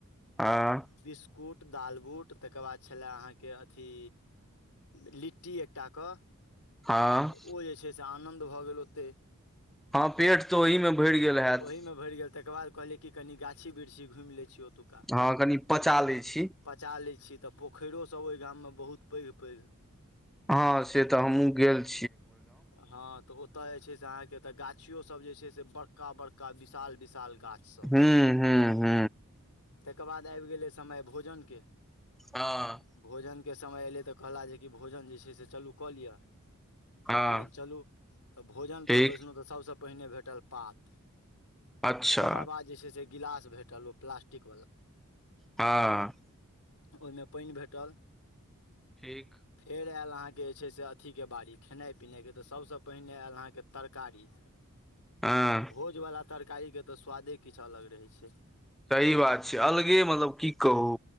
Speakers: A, in the centre; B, on the left.
A: हँ
B: बिस्कुट दालबुट तकर बाद छलै अहाँके अथी लिट्टी एकटा कऽ
A: हँ
B: ओ जे छै से आनन्द भऽ गेल ओत्तै
A: हँ पेट तऽ ओहि मे भरि गेल हयैत
B: ओहि मे भरि गेल तेकर बाद कहलिय कनि गाछी वृक्षी घुमि लै छी ओतुक
A: हँ कनी पचा लै छी
B: पचा लै छी तऽ पोखरियो सभ ओहि गाममे बहुत पैघ पैघ
A: हँ से तऽ हमहु गेल छी
B: हँ तऽ ओ एताे जे छै से आहाँ केे गाछियो सब जे छै से बड़का बड़का विशाल विशाल गाछ सब
A: हू हू हूंम्म
B: तकर बाद आबि गेलै समय भोजनके
A: हँ
B: भोजनके समय एयलै तऽ कहला जे कि भोजन जे छै से चलू कऽ लिअ तऽ
A: हँ
B: कहलियनि चलू तऽ भोजनपर
A: ठीक
B: बैसलहुँ तऽ सभसँ पहिने भेटल पात
A: अच्छा
B: तकर बाद जे छै से गिलास भेटल ओ प्लास्टिकवला
A: हँ
B: ओहिमे पानि भेटल
A: ठीक
B: फेर आयल अहाँके जे छै से अथीके बारीीक खेनाइ पिनाइके तऽ सभसँ पहिने आयल अहाँके तरकारी
A: आँ
B: भोज वाला तरकारी के तऽ स्वादे किछु अलग रहे छै
A: सही बात छै अलगे मतलब की कहू